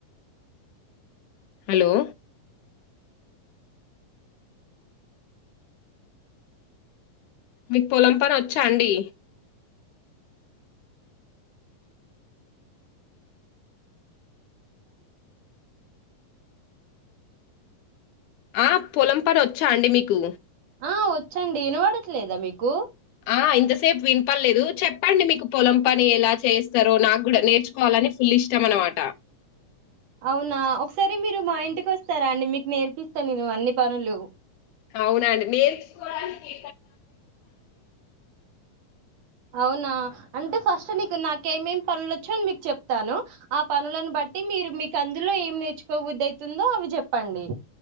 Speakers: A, on the left; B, on the right.
A: హలో మీకు పొలం పని వచ్చా అండి ఆ పొలం పని వచ్చా అండి మీకు
B: ఆ వచ్చండి వినబడట్లేదా మీకు
A: ఆ! ఇంతసేపు విన్పలేదు చెప్పండి మీకు పొలం పని ఎలా చేయిస్తారో నాకు కూడా నేర్చుకోవాలని ఫుల్ ఇష్టం అనమాట
B: అవునా ఒకసారి మీరు మా ఇంటికి వస్తారా అండి మీకు నేర్పిస్తాను నేను అన్ని పనులు
A: అవునండి నేర్చుకోడానికి
B: అవునా అంటే ఫస్ట్ నీకు నాక ఏమేమి పనులు వచ్చో అని మీకు చెప్తాను ఆ పనులను బట్టి మీరు మీకు అందులో ఏమి నేర్చుకోబుద్దయితుందో అవి చెప్పండి